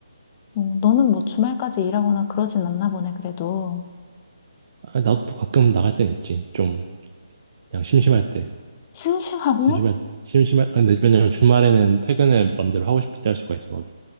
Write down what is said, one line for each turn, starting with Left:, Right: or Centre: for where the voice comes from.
Left: 음, 너는 뭐 주말까지 일하거나 그러진 않나 보네, 그래도.
Right: 아, 나도 가끔 나갈 땐 있지. 좀 그냥 심심할 때.
Left: 심심하면?
Right: 심심할 심심할 아, 근데 왜냐면 주말에는 퇴근을 맘대로 하고 싶을 때 할 수가 있어가지고